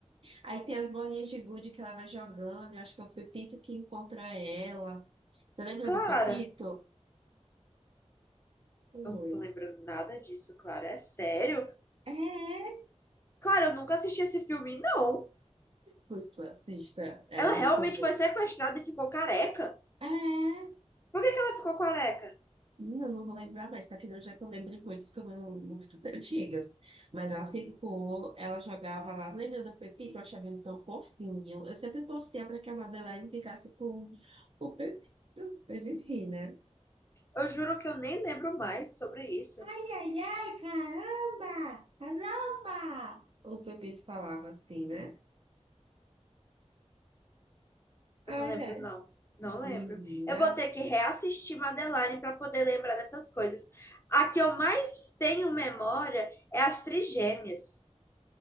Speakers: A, on the right; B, on the left.
A: Aí tem as bolinhas de gude que ela vai jogando. Eu acho que é o Pepito que encontra ela. Você lembra
B: Clara,
A: do Pepito? Oi.
B: eu não tô lembrando nada disso, Clara. É sério?
A: É.
B: Clara, eu nunca assisti esse filme, não.
A: Pois tu assista. É
B: Ela
A: muito
B: realmente
A: bom.
B: foi sequestrada e ficou careca?
A: É.
B: Por que que ela ficou careca?
A: Não, não vou lembrar mais, tá? Afinal, já que eu lembrei coisas que eu não muito antigas. Mas ela ficou, ela jogava lá. Lembra da Pepita? Eu achava ele tão fofinho. Eu sempre torcia para que a Madeline ficasse com o Pepito. Mas enfim, né?
B: Eu juro que eu nem lembro mais sobre isso.
A: Ai, ai, ai, caramba! Caramba! O Pepito falava assim, né?
B: Eu não
A: Ai,
B: lembro,
A: ai,
B: não. Não lembro.
A: menina.
B: Eu vou ter que reassistir Madeline para poder lembrar dessas coisas. A que eu mais tenho memória é as Trigêmeas.